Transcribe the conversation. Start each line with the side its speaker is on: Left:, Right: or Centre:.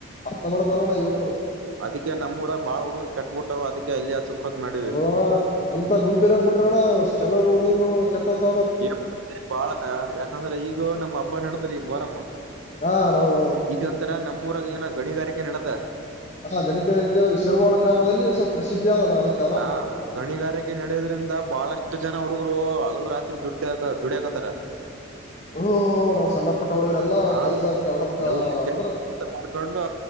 Left: ಅರ್ಥ ಮಾಡ್ಕೋಣ್ಣ ಯುವಕರು
Right: ಅದಕ್ಕೆ ನಮ್ಮೂಊರ ಬಾಳ್ ಹುಡುಗರು ಕೆಟ್ಟಟ್ಬಿಟ್ಟ್ ಅದ್ಕ್ಕೆ ಅಲ್ಲಿ ಹ ಚುಕತ್ ಮಾಡಿವವಿ
Left: ಹೌದಣ್ಣ ಅಂತ ಗುಂಪಿನಾಗಬ ಬಿಟ್ರಣ ಚಲೋ ನೋಡುನು ಚಟ್ಟೋ ತ
Right: ಏನ್ ಮಾಡರಿ ಬಾಳ ಯಾಕಂದ್ರ ಈಗ ನಮ್ಮ್ ಹಬ್ಬಾ ನಡದ್ರಿ ಮೊರಮ್ಮ
Left: ಹಾ ಹೌದು ಹೌದು
Right: ಈಗಂತರ ನಮ್ಮೂರಾಗ ಏನೋ ಗಣಿಗಾರಿಕೆ ನಡ್ದ
Left: ಹ ಗಣಿಕರಿಗೆ ಶಿರವಾಾಳ ಗ್ರಾಮದಲ್ಲಿ ಸ್ವಲ್ಪ ಪ್ರಸಿದ್ಧಿಯ ಆದಣ ಅದಕ್ಕೆ ಅಲ್ಲ
Right: ಹಾ ಹಾಗೆ ಗಣಿಗಾರಿಕೆ ನಡೆಯೋದ್ರಿಂದ ಬಹಳಷ್ಟು ಜನ ಹುಡುಗರು ಹಗಲು ರಾತ್ರಿ ದುಡ ದುಡಿಯಾಕತಾರ <inaudible>
Left: ಹ ಹ ನಾವು ಸಣ್ಣ ಪಟ್ಟ ಹುಡುಗರೆಲ್ಲ ಎಲ್ಲಾ
Right: ಹಾ
Left: ಕೆಲ್ಸಡತ್ತ
Right: ಎಲ್ಲ ಕೆಲ್ಸ
Left: ಅಂದ್ರ <unintelligible>
Right: ಮಾಡ್ಕೊಂಡು